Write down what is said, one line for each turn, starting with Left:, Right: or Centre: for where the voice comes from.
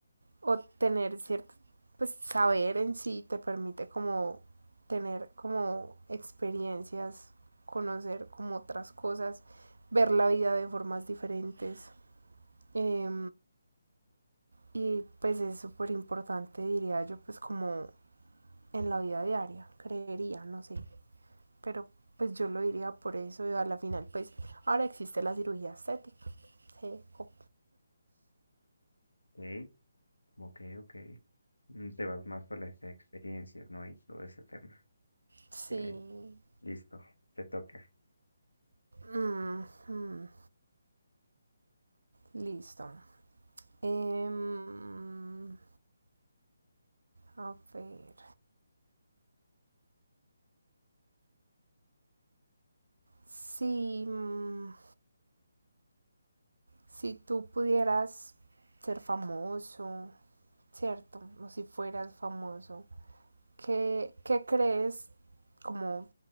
Right: o tener cierto, pues saber en sí te permite como tener como experiencias, conocer como otras cosas, ver la vida de formas diferentes. Eh, y pues es súper importante, diría yo, pues como en la vida diaria, creería, no sé, pero pues yo lo diría por eso y a la final pues ahora existe la cirugía estética. Sí. Oh,
Left: Ok, ok, ok. Mm, Te vas más por las experiencias, ¿no? Y todo ese tema.
Right: sí.
Left: Ok, listo, te toca.
Right: Mm, mm. Listo. Em, a ver. Si, mm, si tú pudieras ser famoso, ¿cierto? O si fueras famoso, ¿qué, qué crees como